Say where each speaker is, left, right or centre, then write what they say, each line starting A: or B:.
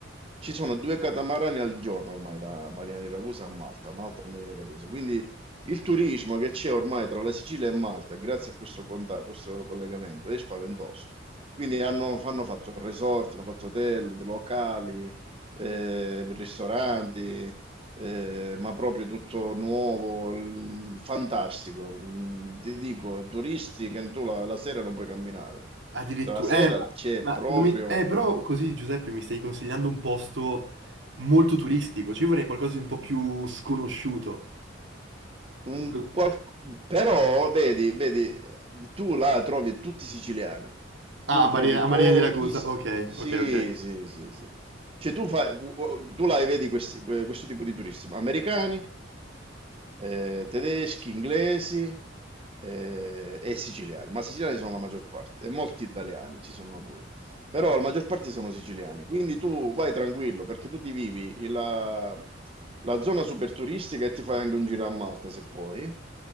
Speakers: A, on the right (about 30°); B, on the right (about 70°).
A: Ci sono due catamarani al giorno ormai da Marina di Ragusa a Malta, Malta a Marina di Ragusa. Quindi il turismo che c'è ormai tra la Sicilia e Malta, grazie a questo, conta- questo collegamento, è spaventoso. Quindi hanno, hanno fatto resort, hanno fatto hotel, locali, eh, ristoranti, eh, ma proprio tutto nuovo, l- fantastico. Mm, Ti dico, turisti che tu la la sera non puoi camminare.
B: Addirittura,
A: La sera
B: eh, ma,
A: c'è
B: ma
A: proprio
B: non mi- eh, però così Giuseppe mi stai consigliando un posto molto turistico, cioè io vorrei qualcosa di un po' più sconosciuto.
A: Un
B: Cos-
A: qual- Però vedi, vedi, tu là trovi tutti siciliani,
B: Ah,
A: tu
B: a Marina,
A: trovi
B: a
A: pochi,
B: Marina di Ragusa,
A: sì,
B: ok, ok, ok.
A: sì, sì, sì. Cioè tu, fai, tu là vedi questi- que- questo tipo di turisti, ma americani, eh, tedeschi, inglesi eh, e siciliani, ma siciliani sono la maggior parte, e molti italiani ci sono pure, però la maggior parte sono siciliani, quindi tu vai tranquillo perché tu ti vivi la, la zona super turistica e ti fai anche un giro a Malta se puoi